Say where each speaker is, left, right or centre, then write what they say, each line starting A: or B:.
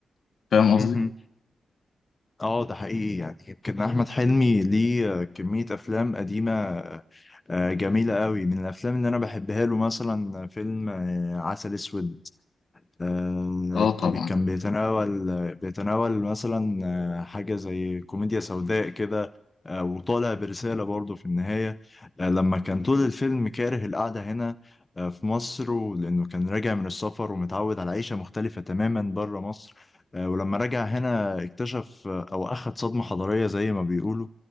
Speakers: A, on the left; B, on the left.
A: فاهم
B: <laughs>
A: قصدي؟
B: مهم. اه ده حقيقي يعني يمكن احمد حلمي ليه آه، كمية افلام قديمة آه، جميلة قوي من الافلام اللي انا بحبها له مثلا فيلم آه، عسل اسود آه،
A: آه طبعا
B: بي- كان بيتناول بيتناول مثلا آه، حاجة زي كوميديا سوداء كده آه، وطالع برسالة برضه في النهاية آه، لما كان طول الفيلم كاره القعدة هنا آه، في مصر لأنه كان راجع من السفر ومتعود على عيشة مختلفة تماما بره مصر آه، ولما رجع هنا اكتشف آه، أو أخد صدمة حضارية زي ما بيقولوا